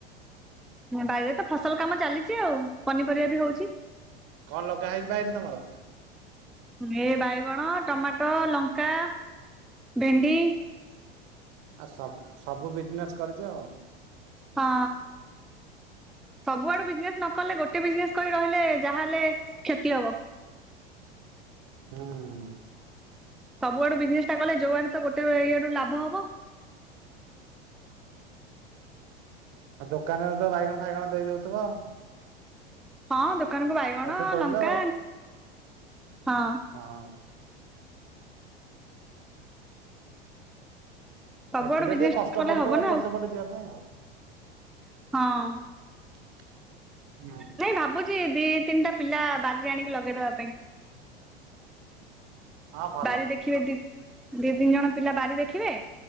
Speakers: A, in the centre; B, on the right.
A: ବାଇରେ ତ ଫସଲ କାମ ଚାଲିଛି ଆଉ ପନିପରିବା ବି ହଉଛି।
B: କଣ ଲଗା ହେଇଛି ବାଇରେ ତମର।
A: ଏ ବାଇଗଣ, ଟମାଟୋ, ଲଙ୍କା, ଭେଣ୍ଡି।
B: ଆଉ ସବ ସବୁ ବିଜନେସ୍ କରିଛି ଆଉ।
A: ହଁ। ସବୁଆଡୁ ବିଜନେସ ନକଲେ ଗୋଟେ ବିଜନେସ କରି ରହିଲେ ଯାହାହଲେ କ୍ଷତି ହବ।
B: ହୁଁ।
A: ସବୁଆଡୁ ବିଜନେସ ଟା କଲେ ଯୋଉମାନେେ ତ ଗୋଟେଇଆଡୁ ଲାଭ ହବ।
B: ଆଉ ଦୋକାନରେ ତ ବାଇଗଣ ଫାଇଗଣ ଦେଇ ଦଉଥିବ।
A: ହଁ ଦୋକାନକୁ ବାଇଗଣ,
B: ଏଠୁ ତୋଳିଲ
A: ଲଙ୍କା ହଁ।
B: ହଁ।
A: ସବୁଆଡୁ
B: ଏକୁଟିଆ
A: ବିଜନେସ
B: ଟିକେ କଷ୍ଟ
A: ଟା କଲେ
B: ପଡୁଥିବ
A: ହବ ନା
B: ଏପଟେ
A: ଆଉ
B: ସେପଟେ ଯିବା ପାଇଁ ଆଉ।
A: ହଁ
B: ହୁଁ
A: ନାଇଁ ଭାବୁଛି ଦି ତିନିଟା ପିଲା ବାରିରେ ଆଣିକି ଲଗେଇଦବା ପାଇଁ।
B: ହଁ ଭଲ
A: ବାରି ଦେଖିବେ ଦି ଦି ତିନି ଜଣ ପିଲା ବାରି ଦେଖିବେ